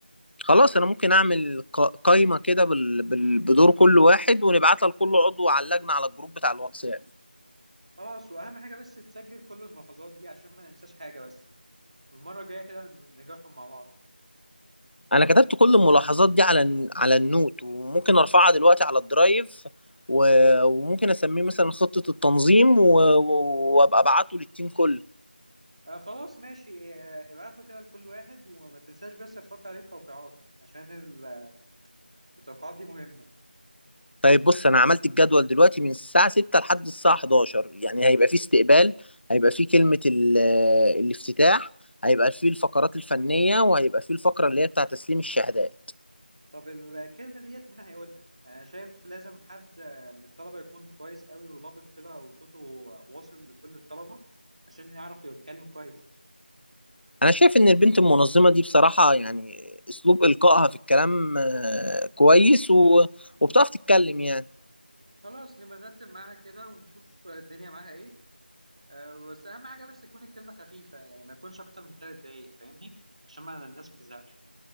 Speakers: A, on the left; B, on the right.
A: خلاص انا ممكن اعمل ق- قايمة كده بال- بال- بدور كل واحد ونبعتها لكل عضو على اللجنة على الجروب بتاع الواتساب
B: خلاص وأهم حاجة بس تسجل كل الملاحظات دي عشان ما ننساش حاجة بس والمرة الجاية كده نراجعهم مع بعض
A: انا كتبت كل الملاحظات دي على الن- على النوت وممكن ارفعها دلوقتي على الدرايف و- وممكن اسميه مثلا خطة التنظيم و- و- وابقى ابعته للتيم كله
B: آه خلاص ماشي آه ابعتوا كده لكل واحد وما تنساش بس تحط عليه التوقيعات عشان ال- التوقيعات دي مهمة
A: طيب بص انا عملت الجدول دلوقتي من الساعة 6 لحد الساعة 11 يعني هيبقى فيه استقبال هيبقى فيه كلمة ال- الافتتاح هيبقى فيه الفقرات الفنية وهيبقى فيه الفقرة اللي هي بتاع تسليم الشهادات
B: طب الكلمة ديت مين هيقولها؟ يعني أنا شايف لازم حد آه، من الطلبة يكون كويس قوي ولبق كده وصوته واصل لكل الطلبة عشان يعرف يتكلم كويس
A: انا شايف ان البنت المنظمة دي بصراحة يعني اسلوب القائها في الكلام آه، كويس و- وبتعرف تتكلم يعني
B: خلاص نبقى نرتب معاها كده ونشوف الدنيا معاها ايه أه بس اهم حاجه بس تكون الكلمه خفيفه يعني ما يكونش اكتر من ثلاث دقايق فاهمني عشان ما الناس ما تزهقش